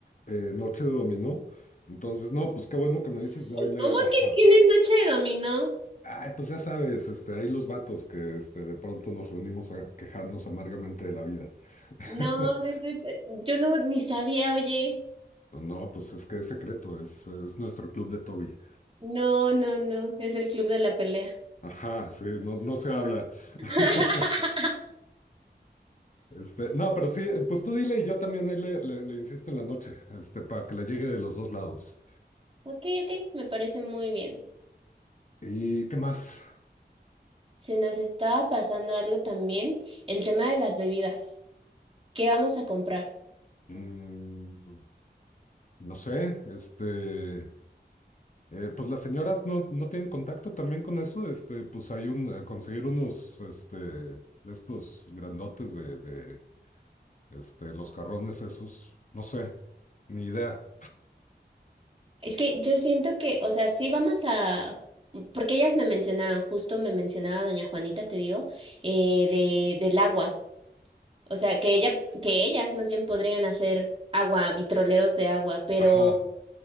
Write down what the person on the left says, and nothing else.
eh, Noche de Dominó, entonces, no, pues qué bueno que me dices, yo ahí le,
ajá,
Ay, pues ya sabes, este, hay los vatos que este, de pronto nos reunimos a quejarnos amargamente de la vida. <laughs>
No, pues es que es secreto, es, es nuestro club de Toby.
Ajá, sí, no, no se habla.
<laughs> Este, no, pero sí, pues tú dile y yo también ahí le, le- le insisto en la noche, este, para que le llegue de los dos lados.
¿Y qué más?
Mm, no sé, este. Eh, pues las señoras no, no tienen contacto también con eso. Este, pues hay un, eh, conseguir unos, este, de estos grandotes de, de, este, los jarrones esos. No sé, ni idea.
Ajá.